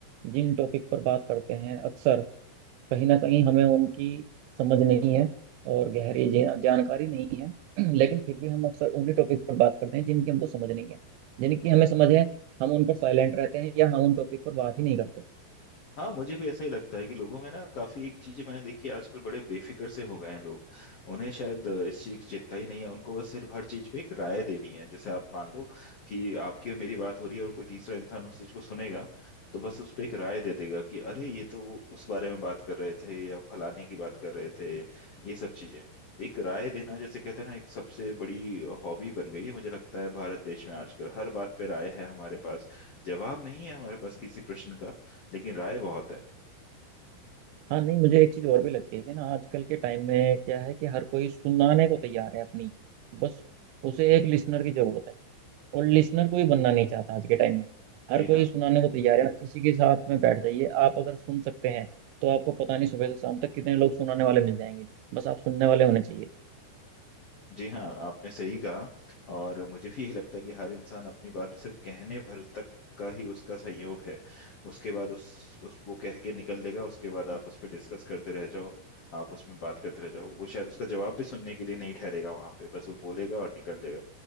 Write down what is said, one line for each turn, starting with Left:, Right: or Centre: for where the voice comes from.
Right: जिन टॉपिक पर बात करते हैं अक्सर कहीं ना कहीं हमें उनकी समझ नहीं है और गहरी जी- जानकारी नहीं है <clears throat> लेकिन फिर भी हम अक्सर उन्हीं टॉपिक पर बात करते हैं जिनकी हमको समझ नहीं है जिनकी हमें समझ है हम उन पर साइलेंट रहते हैं या हम उन टॉपिक पर बात ही नहीं करते
Left: हाँ मुझे भी ऐसा ही लगता है कि लोगों में ना काफी एक चीजें मैंने देखी है, आजकल बड़े बेफिक्र से हो गए हैं लोग उन्हें शायद अ, इस चीज की चिंता ही नहीं है उनको बस सिर्फ हर चीज पे एक राय देनी है जैसे आप मान लो कि आपकी और मेरी बात हो रही है और कोई तीसरा इंसान उस चीज को सुनेगा तो बस उस पे एक राय दे देगा कि अरे ये तो वो उस बारे में बात कर रहे थे या फलाने की बात कर रहे थे ये सब चीजें एक राय देना जैसे कहते हैं ना एक सबसे बड़ी हॉबी बन गई है मुझे लगता है भारत देश में आजकल हर बात पे राय है हमारे पास जवाब नहीं है हमारे पास किसी प्रश्न का लेकिन राय बहुत है
Right: हाँ नहीं मुझे एक चीज़ और भी लगती है कि ना आजकल के टाइम में क्या है कि हर कोई सुनाने को तैयार है अपनी बस उसे एक लिसनर की जरूरत है और लिसनर कोई बनना नहीं चाहता आज के टाइम में हर
Left: जी
Right: कोई
Left: हाँ
Right: सुनाने को तैयार है आप किसी के साथ में बैठ जाइए आप अगर सुन सकते हैं तो आपको पता नहीं सुबह से शाम तक कितने लोग सुनाने वाले मिल जाएंगे बस आप सुनने वाले होने चाहिए
Left: जी हाँ आपने सही कहा और मुझे भी यही लगता है कि हर इंसान अपनी बात सिर्फ कहने भर तक का ही उसका संयोग है उसके बाद उस उस वो कह के निकल देगा उसके बाद आप उस पर डिस्कस करते रह जाओ आप उसमें बात करते रह जाओ वो शायद उसका जवाब भी सुनने के लिए नहीं ठहरेगा वहां पे बस वो बोलेगा और निकल देगा